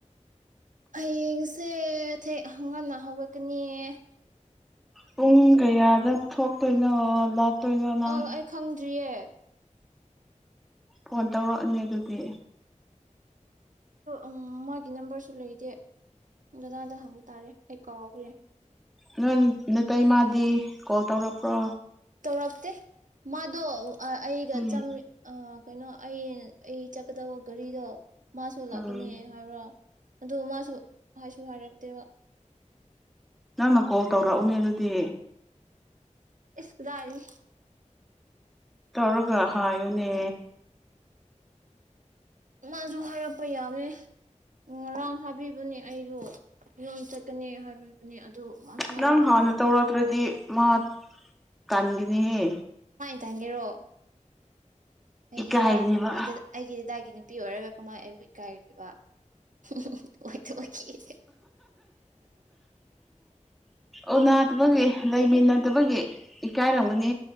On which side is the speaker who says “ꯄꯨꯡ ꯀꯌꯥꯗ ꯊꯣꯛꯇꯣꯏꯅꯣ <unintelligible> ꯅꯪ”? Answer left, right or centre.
Centre